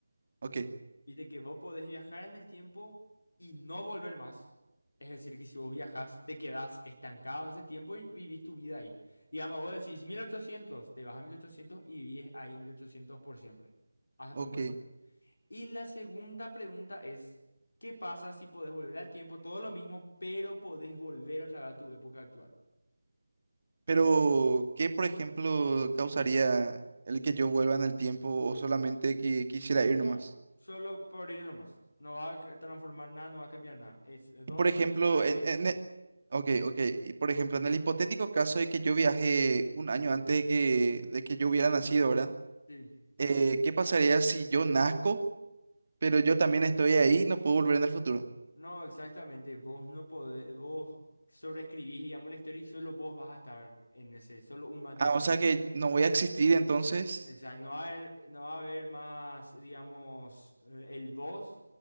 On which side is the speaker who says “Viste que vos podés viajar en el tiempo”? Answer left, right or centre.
Left